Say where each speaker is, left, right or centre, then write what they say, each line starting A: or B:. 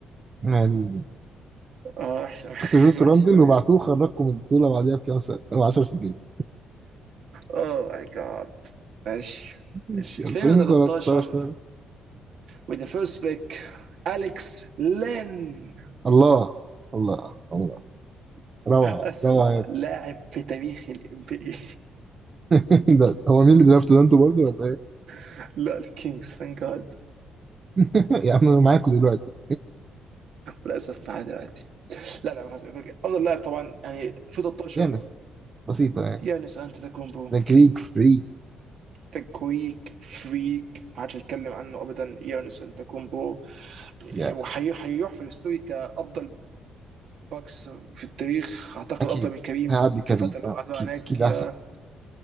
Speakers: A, on the right; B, on the right.
A: يعني دي.
B: اه وحشه أوي،
A: خدت
B: <laughs>
A: جون شراندل
B: وحشه قوي
A: وبعتوه خرجكم من البطولة بعديها بكام سنة أو 10 سنين
B: اوه ماي جاد ماشي
A: ماشي
B: ماشي 2013
A: 2013
B: with the first pick أليكس لين
A: الله الله الله روعة
B: أسوأ
A: روعة يا
B: لاعب في تاريخ الام بي اي
A: ابني <laughs> ده هو مين اللي درافته ده انتوا برضه ولا ايه؟
B: <laughs> لا الكينجز ثانك جاد
A: <laughs> يا عم انا معاكم دلوقتي
B: للأسف معاه دلوقتي لا لا خلاص، أوكي. أفضل لاعب طبعا يعني في 13
A: يا ناس بسيطة يعني
B: يانس أنتetokounمبو
A: ده جريك فري
B: ذا جريك فريك ما حدش هيتكلم عنه ابدا يانس انتكومبو
A: يعني
B: وهيروح في الهستوري كافضل باكس في التاريخ اعتقد
A: أكيد
B: افضل من كريم
A: هيعدي كريم
B: في الفتره اللي
A: اه
B: هم قعدوها
A: أكيد
B: هناك
A: أكيد
B: يا
A: أحسن